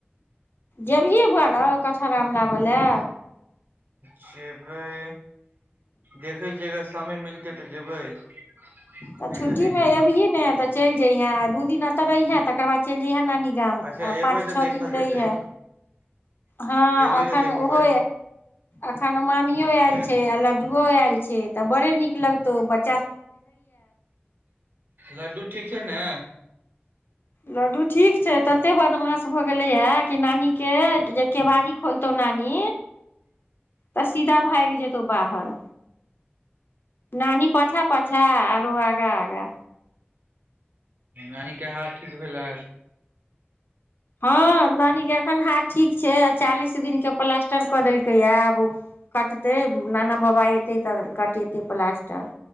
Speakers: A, on the left (about 60°); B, on the right (about 55°).
A: जेबिहे बउवा रौ कटहर आम लाबय ला?
B: जेबय देखै छियै अगर समय मिलतय क तऽ जेबै नहि
A: तऽ छुट्टी
B: नहि
A: मे
B: जेबै
A: अयबही ने त चलि जइहे आ दू दिन एते रहिहे तकर बाद चल जयहे नानी गाम
B: अच्छा
A: आ
B: एबै
A: पाँच
B: तऽ
A: छओ
B: देखल
A: दिन रहीहे।
B: जेतै
A: हँ
B: एबै
A: एखन
B: तऽ देखबै
A: ओहो एखन मामिओ आयल
B: जायके
A: छैय आ लड्डूओ आयल छैय तऽ बड़े नीक लगतै तौ ब
B: लड्डू ठीक छैय ने?
A: लड्डू ठीक छैय तते ब दमाास भऽ गेलै ह कि नानी के जे केबाड़ी ख खोलतौ नानी तऽ सीध भायग जैतव तव बाहर। नानी पछा प छा आरु आगा आगा।
B: नानीके हार ठीक भेलै?
A: हँ नानीके एखन हाथ ठीक छैय आ चालीस दिनके प्लास्टर कऽ देलकैए आब ओ कटतै नाना बाबा अयतै तऽ कटेतै प्लास्टर।